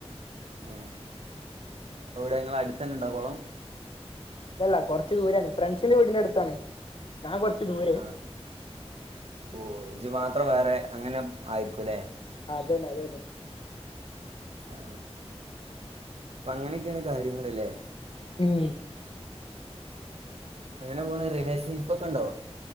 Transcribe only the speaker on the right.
ആ ഇവിടെ നിങ്ങള അടുത്ത് ഉണ്ടോ കൊളം.
ആ ഓ ഇജ്ജ് മാത്രം വേറെ അങ്ങനെ ആയിരിക്കുല്ലേ.
ആ അ അങ്ങനെ. <unintelligible> കാര്യങ്ങളല്ലേ.
എങ്ങനെ പോണ് റിലേഷൻഷിപ്പ് ഒക്കെ ഉണ്ടോ